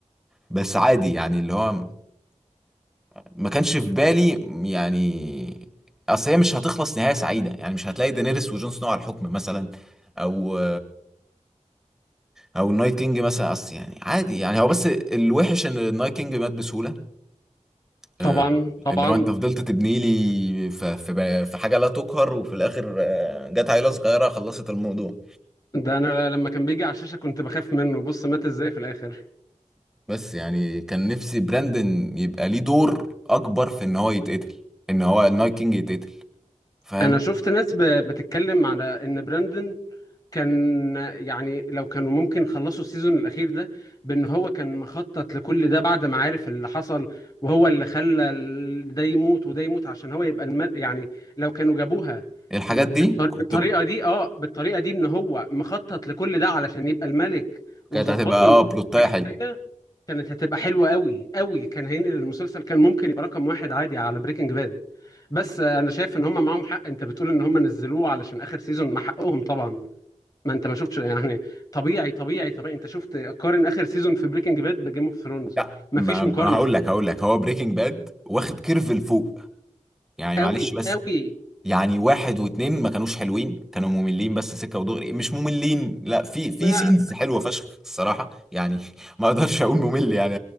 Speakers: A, in the centre; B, on the left.
A: بس عادي يعني اللي هو ما كانش في بالي يعني اصل هي مش هتخلص نهاية سعيدة يعني مش هتلاقي دينيريس وجون سنو على الحكم مثلا او او النايت كينج مثلا اصل يعني عادي يعني هو بس الوحش ان النايت كينج مات بسهولة آه،
B: طبعا طبعا
A: اللي هو انت فضلت تبني لي في في في حاجة لا تقهر وفي الاخر آه، جت عيلة صغيرة خلصت الموضوع
B: ده انا لما كان بيجي على الشاشه كنت بخاف منه بص مات ازاي في الاخر
A: بس يعني كان نفسي براندن يبقى ليه دور اكبر في ان هو يتقتل ان هو النايت كينج يتقتل فاهم
B: انا شفت ناس ب- بتتكلم على ان براندن كان يعني لو كانوا ممكن يخلصوا السيزون الاخير ده بان هو كان مخطط لكل ده بعد ما عارف اللي حصل وهو اللي خلى ال- ده يموت وده يموت عشان هو يبقى المل يعني لو كانوا جابوها
A: الحاجات
B: إن-
A: دي
B: بالط-
A: كنت
B: بالطريقه
A: ب...
B: دي اه بالطريقه دي ان هو مخطط لكل ده علشان يبقى الملك
A: كانت
B: وظبطوا
A: هتبقى اه بلوتايه
B: الحاجات
A: حلو
B: التانيه كانت هتبقى حلوه قوي قوي كان هينقل المسلسل كان ممكن يبقى رقم واحد عادي على بريكنج باد بس انا شايف ان هم معاهم حق انت بتقول ان هم نزلوه علشان اخر سيزون ما حقهم طبعا ما انت ما شفتش يعني طبيعي طبيعي طبيعي انت شفت قارن اخر سيزون في بريكنج باد بجيم اوف ثرونز
A: لا
B: ما
A: ما
B: فيش مقارنه
A: ما هقول لك هقول لك هو بريكنج باد واخد كيرف لفوق يعني معلش
B: قوي
A: بس
B: قوي
A: يعني واحد واتنين ما كانوش حلوين كانوا مملين بس سكة ودغري مش مملين لا في في
B: يا-
A: سينز حلوة فشخ الصراحة يعني <laughs> ما اقدرش اقول ممل يعني